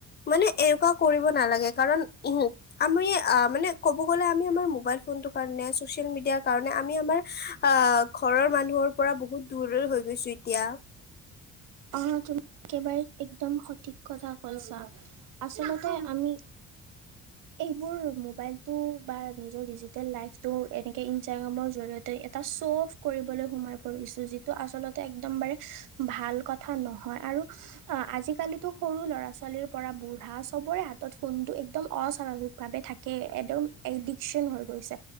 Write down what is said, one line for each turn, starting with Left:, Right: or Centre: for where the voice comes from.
Left: মানে এনেকুৱা কৰিব নালাগে কাৰণ উ আমি মানে ক'ব গ'লে আমি আমাৰ মোবাইল ফোনটোৰ কাৰণে, ছ'চিয়েল মিডিয়াৰ কাৰণে আমি আমাৰ অ ঘৰৰ মানুহৰ পৰা বহুত দূৰ হৈ গৈছোঁ। এতিয়া
Right: আহ তুমি একেবাৰে একদম সঠিক কথা কৈছা। আচলতে আমি এইবোৰ মোবাইলটো বা নিজৰ ডিজিটেল লাইফটো এনেকে ইনষ্টাগ্ৰামৰ জৰিয়তে এটা শ্বো অফ কৰিবলৈ সোমাই পৰিছোঁ, যিটো আচলতে একদম মানে ভাল ক নহয় আৰু আজিকালিতো সৰু ল'ৰা-ছোৱালীৰ পৰা বুঢ়া চবৰে হাতত ফোনটো একদম অস্বাভাৱিকভাৱে থাকে, একদম এডিকচন হৈ গৈছে